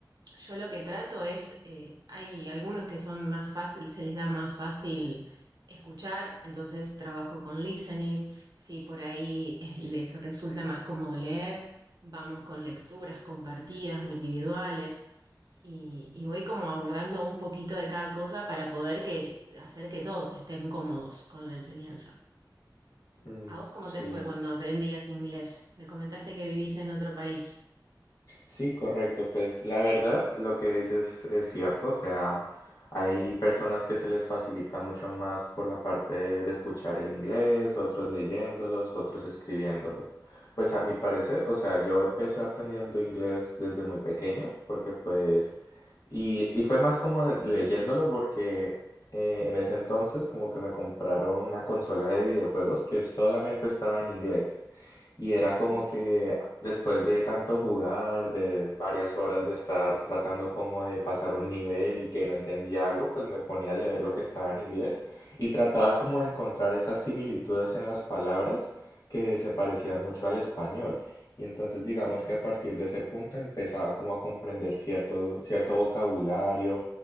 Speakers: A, on the right; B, on the left.
A: yo lo que trato es, eh, hay algunos que son más fácil, se les da más fácil escuchar, entonces trabajo con listening, si por ahí es- les resulta más cómodo leer, vamos con lecturas compartidas o individuales y, y voy como abordando un poquito de cada cosa para poder que, hacer que todos estén cómodos con la enseñanza.
B: Mm,
A: ¿A vos cómo
B: sí.
A: te fue cuando aprendías inglés? Me comentaste que vivís en otro país.
B: Sí, correcto. Pues la verdad, lo que dices es cierto. O sea, hay personas que se les facilita mucho más por la parte de, de escuchar el inglés, otros leyéndolos, otros escribiéndolos. Pues a mi parecer, o sea, yo empecé aprendiendo inglés desde muy pequeño, porque pues, y, y fue más como de- leyéndolo porque eh, en ese entonces como que me compraron una consola de videojuegos que solamente estaba en inglés. Y era como
A: Mm,
B: que después de tanto jugar, de varias horas de estar tratando como de pasar un nivel y que no entendía algo, pues me ponía a leer lo que estaba en inglés y trataba como de encontrar esas similitudes en las palabras que se parecían mucho al español. Y entonces
A: Sí.
B: digamos que a partir de ese punto empezaba como a comprender cierto, cierto vocabulario